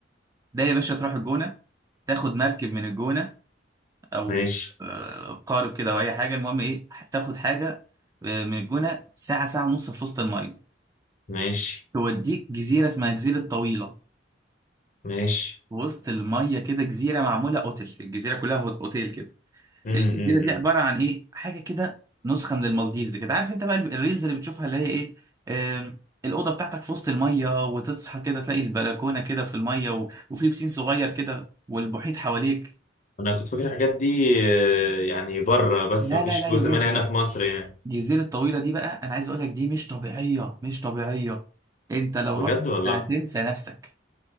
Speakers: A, on the right; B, on the left.
A: ده يا باشا تروح الجونه تاخد مركب من الجونه او
B: ماشي
A: آه، قارب كده او اي حاجه المهم ايه تاخد حاجه آه، من الجونه ساعه ساعه ونص في وسط الميه
B: ماشي
A: توديك جزيره اسمها جزيره طويله
B: ماشي
A: في وسط الميه كده جزيره معموله اوتيل الجزيره كلها هوت- اوتيل كده
B: امم
A: الجزيره
B: امم
A: دي عباره عن ايه حاجه كده نسخه من المالديفز كده عارف انت بقى الريلز اللي بتشوفها اللي هي ايه آم، الاوضه بتاعتك في وسط الميه وتصحى كده تلاقي البلكونه كده في الميه و... وفي بسين صغير كده والمحيط حواليك
B: انا كنت فاكر الحاجات دي آه يعني بره بس
A: لا
B: مفيش
A: لا لا يا
B: جزء
A: باشا
B: منها
A: لا
B: هنا في مصر يعني
A: الجزيره الطويله دي بقى انا عايز اقول لك دي مش طبيعيه مش طبيعيه انت لو
B: بجد
A: رحت
B: والله
A: هتنسى نفسك